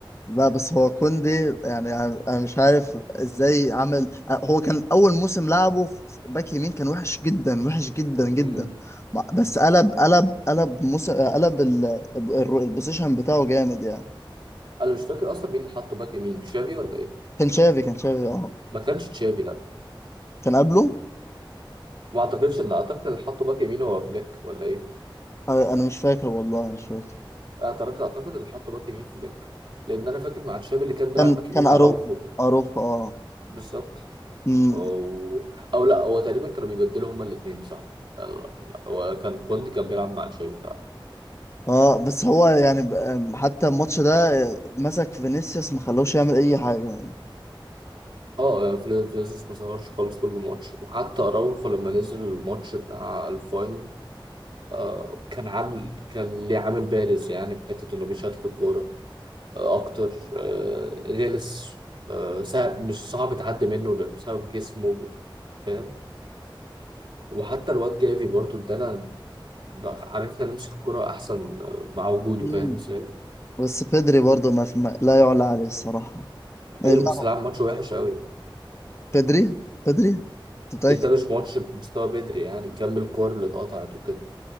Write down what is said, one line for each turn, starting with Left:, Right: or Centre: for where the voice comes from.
Left: لا بس هو كوندي يعني انا أنا مش عارف ازاي عمل هو كان اول موسم لعبه في باك يمين كان وحش جدا وحش جدا جدا
Right: مم.
Left: ما-
Right: مم.
Left: بس قلب قلب قلب موسم قلب ال- ال- البوزيشن بتاعه جامد يعني
Right: أنا مش فاكر أصلا مين اللي حطه باك يمين تشافي ولا إيه؟
Left: كان شافي كان شافي اه
Right: ما كانش تشافي لا
Left: كان قبله
Right: ما أعتقدش إن أعتقد اللي حطه باك يمين هو فليك ولا إيه؟
Left: انا أنا مش فاكر والله مش فاكر
Right: اعترضت اعتقد اللي حط باك يمين فليك لان انا فاكر مع تشافي اللي كان بيلعب
Left: كان
Right: باك يمين
Left: كان اروخو
Right: اراوخو
Left: اروخو اه
Right: بالظبط
Left: أمم.
Right: او او لا هو تقريبا كانوا بيبدلوا هما الاثنين صح لا، لا، هو كان كوندي كان بيلعب مع تشافي فعلا
Left: اه بس هو يعني ب- أم، حتى الماتش ده مسك فينيسيوس ما خلوش يعمل اي حاجه يعني
Right: اه يعني فلي- فينيسيوس ما ظهرش خالص طول الماتش وحتى اراوخو لما نزل الماتش بتاع الفاينل آه كان عامل كان ليه عامل بارز يعني في حته انه بيشتت الكوره آه اكتر آه غلس آه سهل مش صعب تعدي منه بسبب جسمه فاهم وحتى الواد جافي برضه ادانا بقى- عرفنا نمسك الكرة احسن مع وجوده
Left: مم.
Right: فاهم ازاي؟
Left: بس بدري برضه ما, في ما لا يعلى عليه الصراحة
Right: ايوه
Left: إيه، لا
Right: بس لعب ماتش وحش قوي
Left: بدري بدري متأكد
Right: انت مش ماتش بمستوى بدري يعني كمل الكور اللي اتقطعت وكده